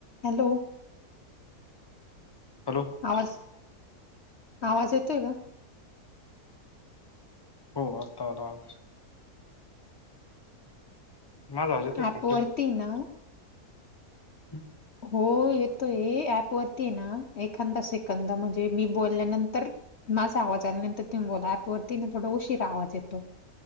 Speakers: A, on the left; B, on the left.
A: Hello.
B: Hello.
A: आवाज आवाज येतोय का.
B: हो आत्ता आला आवाज. माझा आवाज येतोय
A: ऍपवरती
B: कम्प्लीट
A: ना.
B: <inaudible>
A: हो येतोय ऍप वरती आहे ना एखादा सेकंद म्हणजे मी बोलल्यानंतर. माझा आवाज आल्यानंतर तुम्ही बोला ऍप वरतीने थोडा उशीर आवाज येतो.